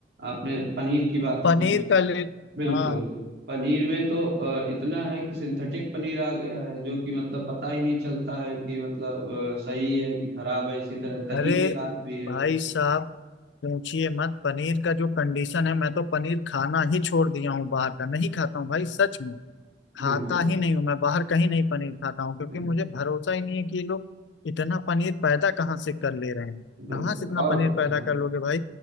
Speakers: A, on the right; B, on the left.
A: आपने पनीर की बात
B: पनीर
A: की
B: का ले
A: बिल्कुल
B: हाँ
A: पनीर में तो अ, इतना है कि सिंथेटिक पनीर आ गया है जो कि मतलब पता ही नहीं चलता है कि मतलब अ, सही है कि खराब है इसी तरह दही
B: अरे
A: के साथ भी है
B: भाई साहब पूछिए मत पनीर का जो कंडीशन है मैं तो पनीर खाना ही छोड़ दिया हूँ बाहर का नहीं खाता हूँ भाई सच में खाता
A: बिल्कुल
B: ही नहीं हूँ मैं बाहर कहीं नहीं पनीर खाता हूँ क्योंकि
A: बिल्कुल
B: मुझे भरोसा ही नहीं है कि ये लोग इतना पनीर पैदा कहाँ से कर ले रहे हैं
A: बिल्कुल
B: कहाँ से इतना
A: और
B: पनीर पैदा
A: हाँ
B: कर लोगे भाई